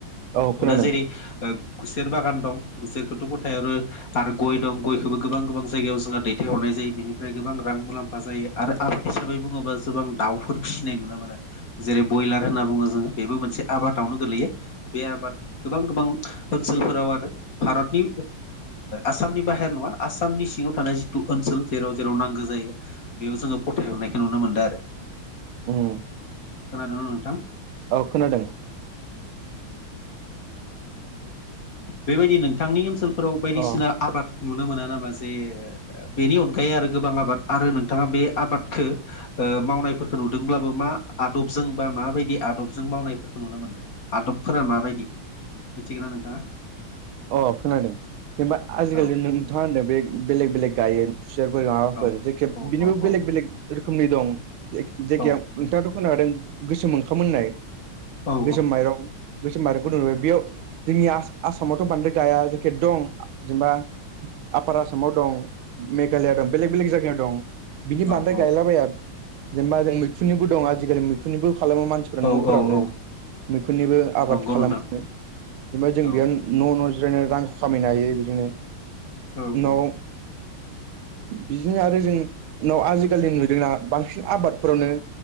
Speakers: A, on the right; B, on the left.
A: औ खोनादों
B: दा जेरै गुसेर बागान दं गुसेरखौथ' फोथायहरो आरो गय दं गयखौबो गोबां गोबां जायगायाव जोंहा दैथायहरनाय जायो बेनिफ्राय गोबां रां मुलाम्फा जायो आरो आबाद हिसाबै बुङोबा जबां दाउफोर फिसिनाय नुनो मोनो जेरै ब्रयलार होनना बुङो जोङो बेबो मोन मोनसे आबादावनो गोगलैयो बे आबाद गोबां गोबां ओनसोलफोराव आरो भारतनि आसामनि बाहेर नङा आसामनि सिङाव थानाय जि ु ओनसोल जेराव जेराव नांगौ जायो बेयाव जोङो फथाय हरनायखौ नुनो मोनदों आरो
A: <inaudible>
B: खोनादों नोंथां
A: औ खोनादों
B: बेबायदि नोंथांनि ओनसोल फोराव बायदिसिना
A: अ
B: आबाद नुनो मोना नामा जे बेनि अनगायै आरो गोबां आबाद आरो नोंथाङा बे आबादखौ मावनायफोरखौ नुदोंब्लाबो मा आदबजों बा माबायदि आदबजों मावनायफोरखौ नुनो मोनदों आदबफोरा माबायदि मिथिगोन ना नोंथाङा
A: अ खोनादों जेनेबा आजिखालि
B: औ
A: नोंथाङा होनदों बे बेलेग बेलेग गायो फसारफोर माबाफोर
B: औ
A: जायखि
B: औ
A: बिनिबो
B: औ
A: बेलेग
B: औ
A: बेलेग रोखोमनि दं जायगायाव
B: औ
A: नोंथाङाथ' खोनादों गोसोम ओंखाम मोननाय
B: औ
A: गोसोम माइरं गोसोम बारखौदुं नुबाय बेयाव जोंनि आसामावथ' बांद्राय गाया जेखि दं जेनेबा आफार आसामाव दं मेघालया दं बेलेग बेलेग जायगायाव दं बिनि बांद्राय
B: औ
A: गायलाबायाया जेनेबा जों मैखुननिबो दं आजिखालि मैखुननिबो खालामो मानसि इ न'फोरावनो
B: औ औ औ
A: मैखुननिबो आबाद
B: नंगौ
A: खालामो
B: नोंथां
A: जेनबा जों
B: औ
A: बेयाव न' न' जिरायनो रां खामायनो हायो बिदिनो
B: औ
A: नाव
B: औ
A: बिदिनो आरो जों उनाव आजिखालि नुदोंना बांसिन आबादफोरावनो